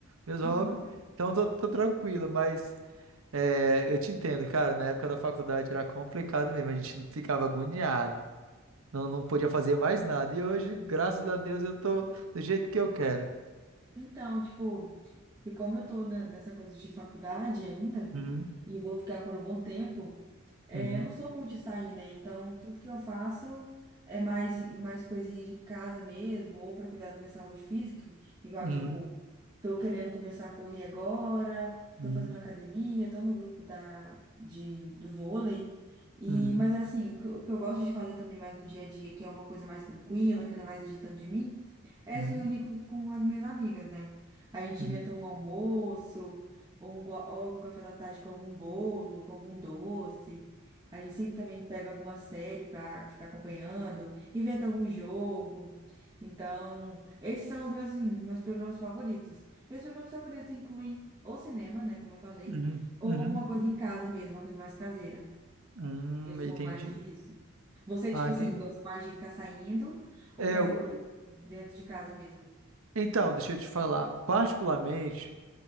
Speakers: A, on the right; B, on the right.
A: Meus hobbies.
B: Aham.
A: Então tô, tô tranquilo, mas é, eu te entendo, cara. Na época da faculdade era complicado mesmo, a gente ficava agoniado. Não, não podia fazer mais nada. E hoje, graças a Deus, eu tô do jeito que eu quero.
B: Então, tipo, e como eu tô ne- nessa coisa de faculdade ainda,
A: Uhum,
B: e vou ficar por um bom tempo. É,
A: uhum,
B: eu não sou muito de sair, né? Então, tudo que eu faço é mais, mais coisinhas de casa mesmo, ou para cuidar da minha saúde física. Igual,
A: uhum,
B: tipo, tô querendo começar a correr agora, tô
A: uhum,
B: fazendo academia, tô no grupo da, de, do vôlei. E,
A: uhum.
B: mas, assim, o que, o que eu gosto de fazer também mais no dia a dia, que é uma coisa mais tranquila, que não vai exigir tanto de mim, é
A: Uhum,
B: se reunir com com as minhas amigas, né? A gente
A: uhum,
B: inventa um almoço, ou, um, go- ou algum café da tarde com algum bolo, com algum doce. A gente sempre também pega alguma série para ficar acompanhando, inventa algum jogo. Então, esses são os meus, assim, meus programas favoritos. Meus programas favoritos incluem ou cinema, né, como eu falei,
A: uhum,
B: ou
A: uhum.
B: alguma coisa em casa mesmo, uma coisa mais caseira.
A: Hum,
B: Eu sou
A: entendi.
B: mais disso. Você,
A: Ah,
B: tipo
A: entendi.
B: assim, gosta mais de ficar saindo ou
A: É,
B: fazer
A: eu-
B: coisa dentro de casa mesmo?
A: então, deixa eu te falar. Particularmente,